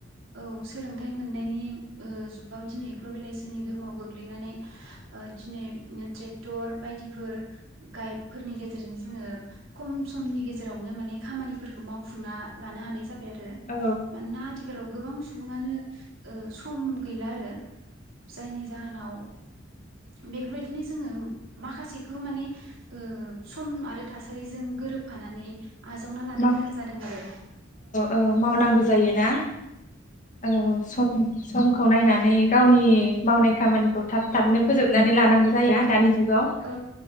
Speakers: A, on the right (about 80°); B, on the left (about 40°).
A: औ सोलोंथाइ मोननायनि ओ जुगाव दिनै ग्लबेलाइजेसननि गोहोमाव गोग्लैनानै ओ दिनै ट्रेक्टर बायदिफोर गाइ फोरनि गेजेरजों जोङो खम समनि गेजेरावनो माने खामानिफोरखौ मावफुंना लानो हानाय जाबाय आरो। रो
B: औ
A: मानोना आथि आथिखालाव गोबां सुबुङानो ओ सम गैला आरो जायनि जाहोनाव बेफोरबायदिनो जोङो माखासेखौ माने ओ सम आरो थासारिजों गोरोबफानानै आजावना लानो
B: औ
A: गोनां जादों आरो
B: औ मावनांगौ जायो ना। औ सम समखौ नाय नानै गावनि मावनाय खामानिखौ थाब
A: औ
B: थाबनो फोजोबनानै लानांगौ। जायो ना दानि जुगाव
A: औ